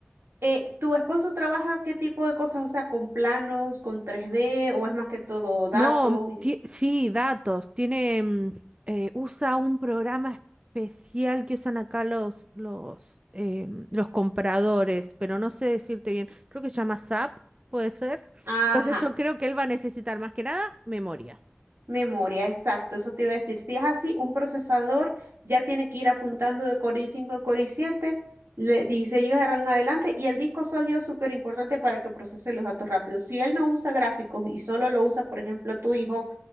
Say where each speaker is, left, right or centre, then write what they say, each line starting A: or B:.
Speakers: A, on the right; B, on the right.
A: Eh, ¿tu esposo trabaja qué tipo de cosas? O sea, con planos, con tres d o es más que todo datos.
B: No, ti- sí, datos. Tiene, mm, eh, usa un programa especial que usan acá los, los, eh, los compradores, pero no sé decirte bien. Creo que se llama SAP, puede ser.
A: Ajá.
B: Entonces yo creo que él va a necesitar más que nada memoria.
A: Memoria, exacto, eso te iba a decir. Si es así, un procesador ya tiene que ir apuntando de Core i5 a Core i7, le- 16 GB de RAM en adelante, y el disco sólido es súper importante para que procese los datos rápidos. Si él no usa gráficos y solo lo usa, por ejemplo, tu hijo,